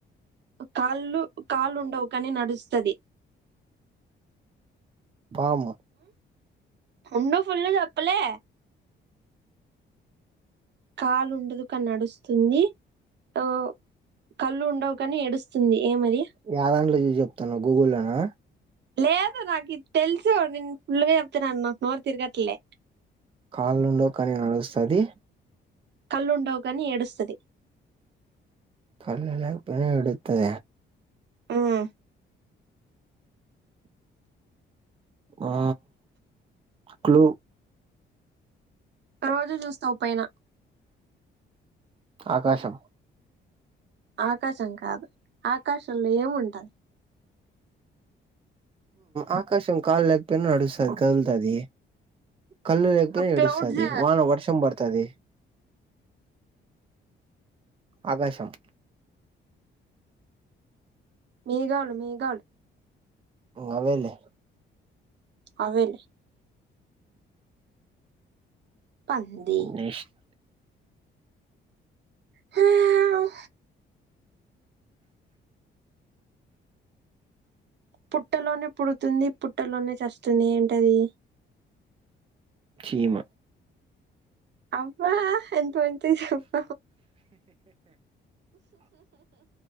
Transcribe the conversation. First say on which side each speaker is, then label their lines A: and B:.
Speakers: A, on the right; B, on the right.
A: కాళ్ళు కాళ్లు ఉండవు కానీ నడుస్తది
B: బమ్ <unintelligible>
A: రెండు ఫుల్ తప్పలే కాలు ఉండదు కాని నడుస్తుంది ఓ కళ్ళు ఉండవు కాని ఏడుస్తుంది ఏమది
B: యాదాన్ట్లో చూసి చెప్తునావు గూగుల్లోనా
A: లేదు నాకిది తెలుసు నేను ఫుల్గా చెప్తున్నాను నాకు నోరు తిరగట్లే
B: కాళ్ళు ఉండవు కానీ నడుస్తది
A: కల్లుండవ్ గాని ఏడుస్తుది
B: న్న పని ఎతుద <unintelligible>
A: మ్మ్
B: ఆ క్లుూ
A: రోజు చూస్తావు పైన
B: ఆకాశం
A: ఆకాశం కాదు ఆకాశంలో ఏము ఉంటది
B: ఆకాశం కాల్ లేకపోయినా నడుస్తుది కదులుతది కళ్ళు లేకపోయినా
A: క్లౌడ్స్
B: ఎడుస్తుది వాన వర్షం పడతది ఆకాశం
A: మేఘాలు మేఘల్
B: అవేలే
A: అవలే పంది
B: నెక్స్ట్
A: హ్మ్ పుట్టలోనే పుడుతుంది పుట్టలోనే చస్తుంది ఏంటది
B: చీమ
A: అబ్వ ఎంత వింతగా చెప్ప